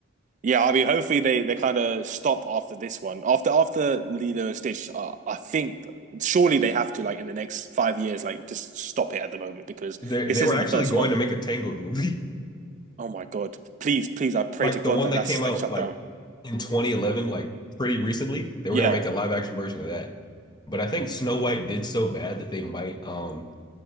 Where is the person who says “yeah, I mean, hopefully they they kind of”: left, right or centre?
Right